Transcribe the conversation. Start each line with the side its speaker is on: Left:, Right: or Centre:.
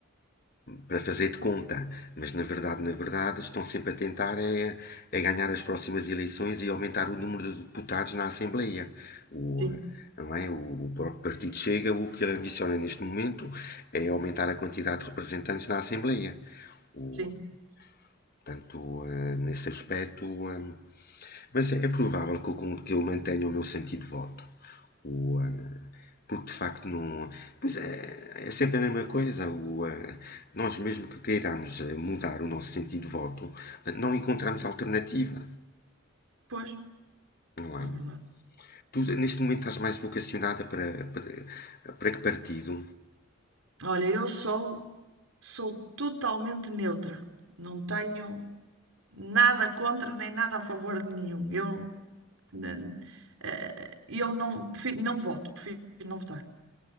Left: para fazer de conta, mas na verdade, na verdade, estão sempre a tentar é, é ganhar as próximas eleições e aumentar o número de deputados na Assembleia. O,
Right: Sim,
Left: eh, não é? O próprio Partido Chega, o que ele ambiciona neste momento é aumentar a quantidade de representantes na Assembleia. O,
Right: sim.
Left: portanto, eh, nesse aspecto. eh, mas é provável que eu, que eu mantenha o meu sentido de voto. O, eh, porque de facto não. Pois é, é sempre a mesma coisa. O, eh, nós, mesmo que queiramos eh, mudar o nosso sentido de voto, eh, não encontramos alternativa.
Right: Pois,
Left: Não
Right: não
Left: é?
Right: é verdade.
Left: Tu, neste momento, estás mais vocacionada para, para, para que partido?
Right: Olha, eu sou, sou totalmente neutra. Não tenho nada contra nem nada a favor de nenhum. Eu, n- eh, eu não, prefiro, não voto, prefiro não votar.